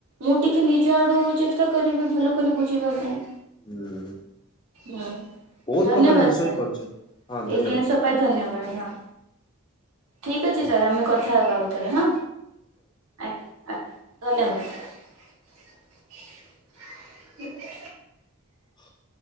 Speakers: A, on the right; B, on the left.
A: ମୁଁ ଟିକେ ନିଜ ଆଡୁ ଚେ ଚେଷ୍ଟା କରିବି ଭଲ କରି ବୁଝିବା ପାଇଁ।
B: ହୁଁ।
A: ହଁ।
B: ବହୁତ
A: ଧନ୍ୟବାଦ
B: ପ୍ରକାର ଜିନିଷ
A: ସାର୍
B: ବି ପଡୁଛି ହଁ ଧନ୍ୟବାଦ।
A: ଏଇ ଜିଣିଷ ପାଇଁ ଧନ୍ୟବାଦ ହଁ। ଠିକ ଅଛି ସାର୍ ଆମେ କଥା ହେବା ଆଉ ଥରେ ହଁ ଆଜ୍ଞା ଆଜ୍ଞା। ଧନ୍ୟବାଦ।
B: ହଁ।